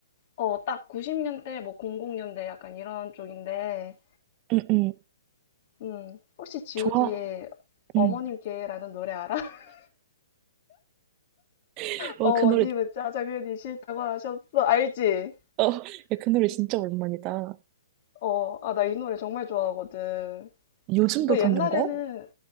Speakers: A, on the left; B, on the right.
A: 어, 딱 90년대, 뭐 00년대 약간 이런 쪽인데,
B: 응, 응.
A: 음, 혹시 지우디의
B: 좋아.
A: 어머님께라는
B: 응.
A: 노래 알아? <laughs>
B: <laughs> 와,
A: 어머님은
B: 그 노래,
A: 짜장면이 싫다고 하셨어. 알지?
B: 어, 야, 그 노래 진짜 오랜만이다.
A: 어, 아, 나 이 노래 정말 좋아하거든.
B: 요즘도
A: 그
B: 듣는
A: 옛날에는,
B: 거야?